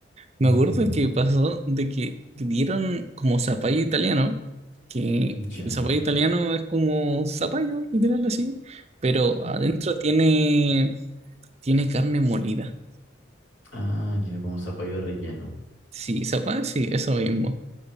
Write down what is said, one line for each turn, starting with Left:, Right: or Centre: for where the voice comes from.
Right: Me
Left: Ujú,
Right: acuerdo que pasó de que dieron como zapallo italiano, que el
Left: Ya.
Right: zapallo italiano es como zapallo, literal así, pero
Left: ujú.
Right: adentro tiene Tiene carne molida.
Left: Ah, ya como zapallo relleno.
Right: Sí, sopa, sí, eso mismo.